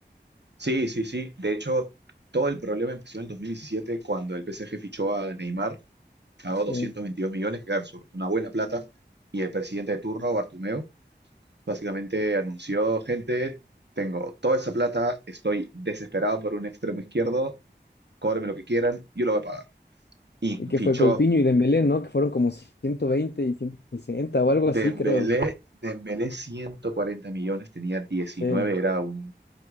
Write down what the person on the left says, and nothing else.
Sí.
Y que
fue Coutinho y Dembélé, ¿no? Que fueron como 120 y 160 o algo
así, creo.
Sí.